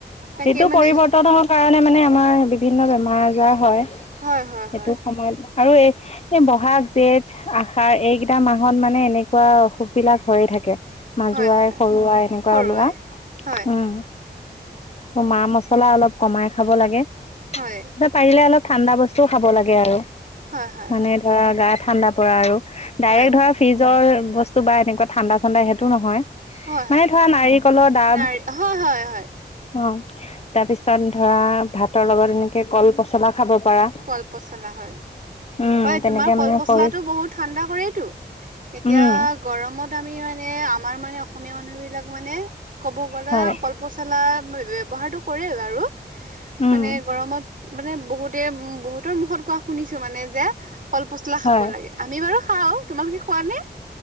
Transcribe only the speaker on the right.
তাকে
মানে
হয়, হয়,
হয়।
হয় হয়
হৰুৱাই
হয়
হয়
হয় হয়
হয়
হয় হয়
নাৰ হয় হয় হয়
কল পচলা হয় -
হয়
তোমাৰ কল
পচলাটো
বহুত ঠাণ্ডা কৰেত এতিয়া
গৰমত আমি মানে আমাৰ মানে অসমীয়া মানুহবিলাক মানে ক'ব গ'লে
কল পচলা ব ব্যবহাৰতু কৰে বাৰু
মানে গৰমত মানে বহুতো বহুতৰ মুখত কোৱা শুনিছোঁ মানে যে কল পচলা
খাব লাগে আমি বাৰু খাওঁ তোমাল কি খোৱা নে?